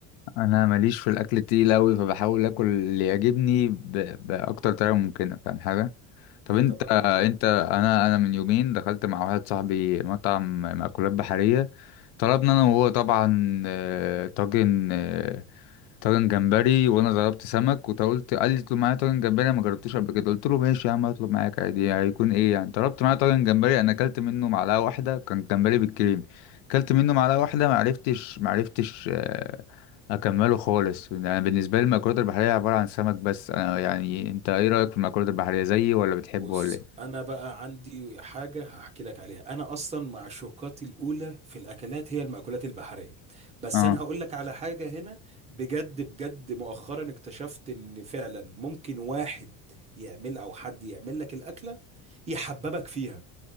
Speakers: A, on the left; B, on the right.
A: انا ماليش في الاكل التقيل قوي فبحاول اكل اللي يعجبني ب... باكتر طريقه ممكنه فاهم حاجه طب
B: لا،
A: انت
B: طب
A: انت
B: ها-
A: انا انا من يومين دخلت مع واحد صاحبي مطعم مأكولات بحريه طلبنا انا وهو طبعا آه، طاجن آه، طاجن جمبري وانا ضربت سمك وانت قلت قال لي اطلب معايا طاجن جمبري انا ما جربتوش قبل كده قلت له ماشي يا عم اطلب معاك عادي هيكون ايه يعني طلبت معايا طاجن جمبري انا اكلت منه معلقه واحده كان جمبري بالكريم اكلت منه معلقه
B: أم.
A: واحده ما عرفتش ما عرفتش آه، اكمله خالص انا بالنسبه لي المأكولات البحريه عباره عن سمك بس انا يعني انت ايه رايك في المأكولات البحريه زيي ولا بتحبه
B: بص
A: ولا ايه
B: انا بقى عندي حاجه هحكي لك عليها انا اصلا معشوقاتي الاولى في الاكلات هي المأكولات البحريه بس
A: اه
B: انا هقول لك على حاجه هنا بجد بجد مؤخرا اكتشفت ان فعلا ممكن واحد يعمل او حد يعمل لك الاكله يحببك فيها